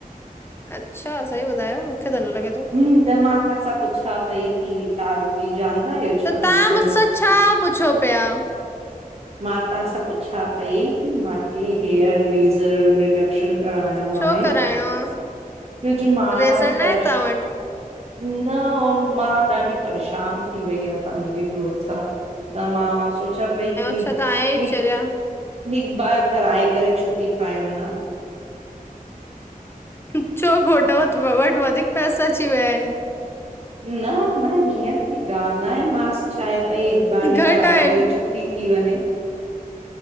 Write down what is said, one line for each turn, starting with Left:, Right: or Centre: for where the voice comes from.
Left: अच्छा सही ॿुधायो, मूंखे त न लॻे थो
Right: हम्म, त मां तव्हां सां पुछां पई की, तव्हां कोई ॼाणंदा आहियो? छा
Left: त तव्हां
Right: जेको हे
Left: मूंसां छा पुछो पिया?
Right: मां तव्हां सां पुछां पई की मूंखे हेयर लेज़र रिडक्शन कराइणो
Left: छो
Right: आहे,
Left: कराइणो आ
Right: कयोंकि मां
Left: रेज़र
Right: ॾाढी
Left: न
Right: परेश
Left: आहे तव्हां वटि?
Right: न मां ॾाढी परेशान थी वई आहियां, पंहिंजी ग्रोथ सां त मां सोचां पई की
Left: छो त आहियें
Right: हिक
Left: चरिया
Right: हिकु बार कराए करे, छुटी पाए वञा
Left: हिक छो घोट वटि वधीक पैसा अची विया आहिनि।
Right: न न हीअं की ॻाल्हि न आहे, मां चायां पई हिक बार में कराए
Left: घटि आहिनि।
Right: करे छुटी थी वञे,